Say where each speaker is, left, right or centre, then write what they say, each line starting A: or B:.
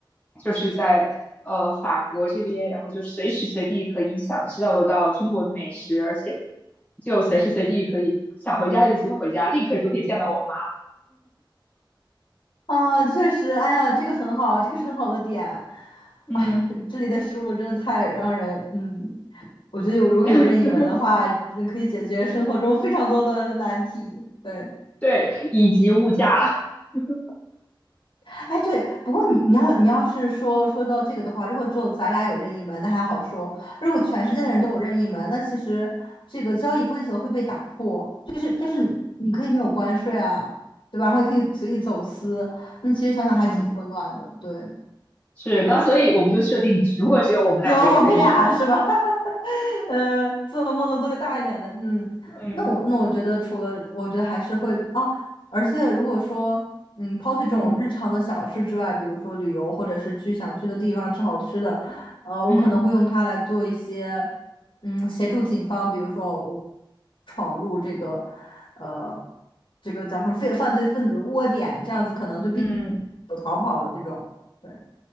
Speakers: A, on the left; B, on the left.
A: 就是在呃法国这边，然后就随时随地可以享受到到中国的美食，而且就随时随地可以想回家就机会回家，立刻就可以见到我妈。
B: 啊，确实，哎呀，这个很好，这个是很好的点，
A: 嗯
B: 哎这里的食物真的太让人，嗯。我觉得有如果有任意门的话，
A: <laughs>
B: 真可以解决生活中非常多的难题。对，
A: 对，以及物价 <laughs>
B: 哎对，不过你你要你要是说说到这个的话，如果只有咱俩有任意门，那还好说；如果全世界的人都有任意门，
A: 嗯
B: 那其实这个交易规则会被打破，就是就是你可以没有关税啊，对吧？然后也可以随意走私，那其实想想还挺混乱的。
A: 嗯，
B: 对，
A: 是，那所以我们就设定，如果只有我们两个有任意门，
B: <laughs> 有我们俩是吧？呃，做梦做个大一点的，嗯，
A: <laughs> 嗯，
B: 那我那我觉得除了，我觉得还是会哦，而且如果说，嗯，抛弃这种日常的小事之外，
A: 嗯
B: 比如说旅游，或者是去想去的地方吃好吃的，呃，我可能会用它来做一些，
A: 嗯
B: 嗯，协助警方，比如说我闯入这个，呃，这个叫什么犯犯罪分子的窝点，这样子可能就必
A: 嗯，
B: 有逃跑了这种。对。